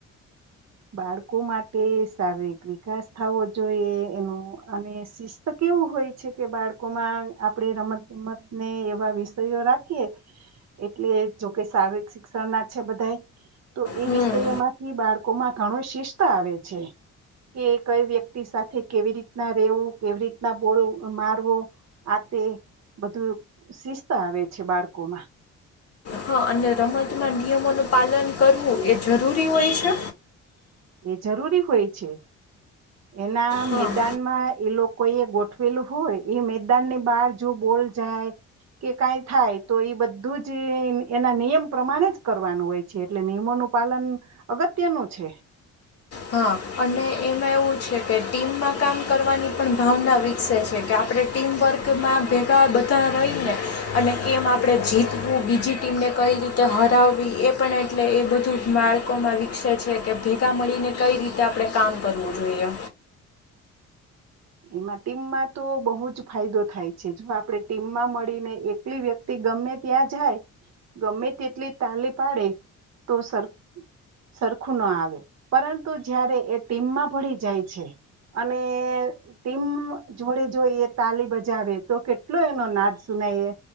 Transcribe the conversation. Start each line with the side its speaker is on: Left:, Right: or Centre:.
Right: બાળકો માટે શારીરિક વિકાસ થવો જોઈએ એનું અને શિસ્ત કેવું હોય છે કે બાળકોમાં આપણે રમત ગમતને એવા વિષયો રાખીએ એટલે જોકે શારીરિક શિક્ષણ ના છે બધા તો એ
Left: હમ
Right: વિષયો માંથી બાળકો બાળમાં ઘણું શિસ્ત આવે છે કે કઈ વ્યક્તિ સાથે કેવી રીતના રેવું કેવી રીતના બોલ મારવો આ તે બધું શિસ્ત આવે છે બાળકોમાં
Left: હા અને રમતમાં નિયમોનું પાલન કરવું એ જરૂરી હોય છે
Right: એ જરૂરી હોય છે એના
Left: હા
Right: મેદાનમાં એ લોકો કોઈ એ ગોઠવેલું હોય એ મેદાન ની બહાર જો બોલ જાય કે કઈ થાય તો એ બધું જ એના નિયમ પ્રમાણે જ કરવાનું હોય છે એટલે નિયમોનું પાલન અગત્યનું છે
Left: હા અને એમાં એવું છે કે ટીમમાં કામ કરવાની પણ ભાવના વિકસે છે કે આપણે ટીમવર્કમાં ભેગા બધા રહી ને અને કેમ આપણે જીતવું બીજી ટીમને કઈ રીતે હરાવવી એ પણ એટલે એ બધું માળકોમાં વિકસે છે કે ભેગા મળીને કઈ રીતે આપણેે કામ કરવું જોઈએ
Right: એમાં ટીમમાં તો બહુ જ ફાયદો થાય છે જો આપણે ટીમમાં મળીને એકલી વ્યક્તિ ગમે ત્યાં જાય ગમે તેટલી તાલી પાડે તો સર સરખું ના આવે પરંતુ જયારે એ ટીમમાં ભળી જાય છે અને ટીમ જોડે જો એ તાલી બજાવે તો કેટલો એનો નાદ સુનાય